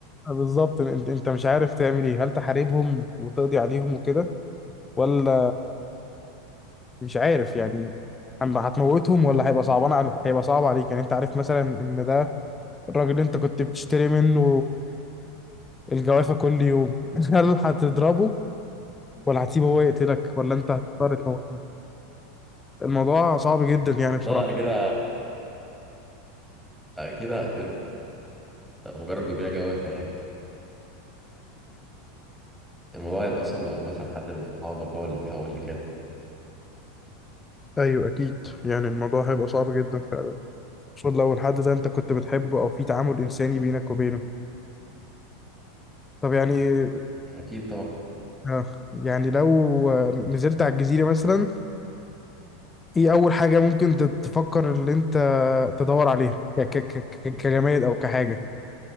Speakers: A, on the left; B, in the centre.
A: بالظبط انت انت مش عارف تعمل ايه هل تحاربهم وتقضي عليهم وكده ولا مش عارف يعني أما هتموتهم ولا هيبقى صعبان علي... هيبقى صعب عليك يعني انت عارف مثلا ان ده الراجل اللي انت كنت بتشتري منه الجوافة كل يوم <laughs> هل هتضربه ولا هتسيبه هو يقتلك ولا انت هتضطر تموته الموضوع صعب جدا يعني بصراحة
B: لا لا كده أكيد هقتله ده مجرد بيبيع جوافع يعني الموضوع هيبقى أصعب لو مثلا حد من صحابك هو اللي اتحول لكده
A: ايوه اكيد يعني الموضوع هيبق صعب جدا فعلا خصوصا لو الحد ده انت كنت بتحبه او في تعامل انساني بينك وبينه طب يعني إيه
B: أكيد طبعا
A: آه، يعني لو آه، نزلت على الجزيره مثلا ايه اول حاجه ممكن ت- تفكر ان انت تدور عليها يعني ك ك ك- كجماد او كحاجه